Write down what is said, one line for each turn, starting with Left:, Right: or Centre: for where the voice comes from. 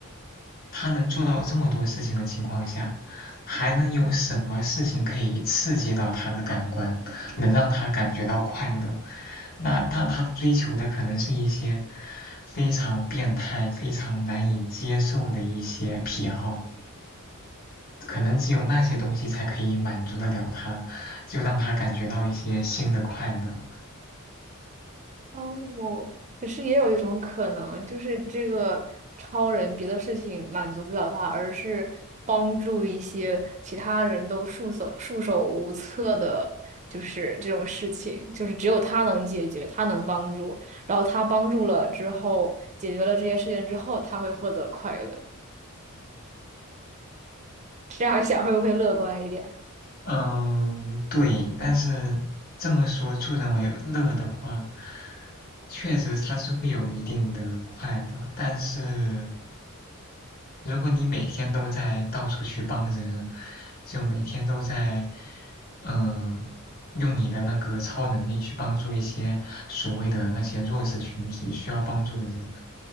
Left: 他能做到这么多事情的情况下，还能有什么事情可以刺激到他的感官，能让他感觉到快乐？那但他追求的可能是一些非常变态、非常难以接受的一些癖好。可能只有那些东西才可以满足得了他，就让他感觉到一些新的快乐。
Right: 哦，可是也有一种可能，就是这个超人别的事情满足不了他，而是帮助一些其他人都束手束手无策的，就是这种事情，就是只有他能解决，他能帮助，然后他帮助了之后，解决了这些事情之后，他会获得快乐。这样想会不会乐观一点？<laughs>
Left: 嗯，对，但是这么说助人为乐的话，确实他是会有一定的快乐，但是如果你每天都在到处去帮人，就每天都在嗯。呃用你的那个超能力去帮助一些所谓的那些弱势群体需要帮助的人，